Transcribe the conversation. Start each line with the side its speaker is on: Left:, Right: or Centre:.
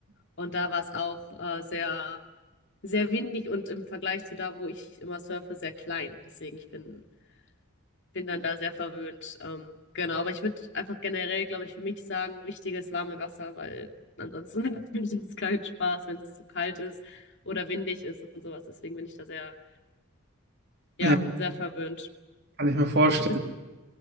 Left: und da war es auch äh, sehr, sehr windig und im Vergleich zu da, wo ich immer surfe, sehr klein. Deswegen, ich bin, bin dann da sehr verwöhnt. Ähm, genau, aber ich würde einfach generell, glaube ich, für mich sagen, wichtiges warme Wasser, weil ansonsten <laughs> macht mir das keinen Spaß, wenn es zu kalt ist oder windig ist und sowas. Deswegen bin ich da sehr, ja,
Right: Ja,
Left: sehr verwöhnt.
Right: kann ich mir vorstellen.
Left: Hattest